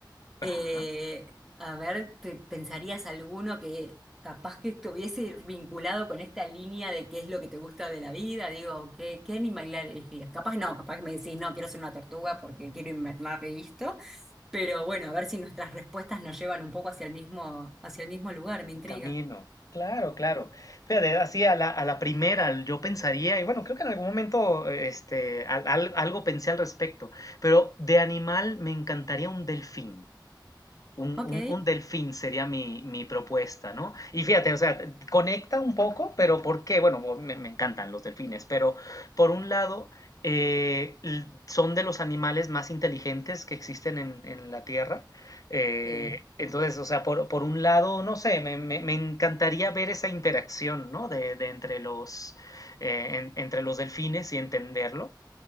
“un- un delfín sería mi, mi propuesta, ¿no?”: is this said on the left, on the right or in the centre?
Left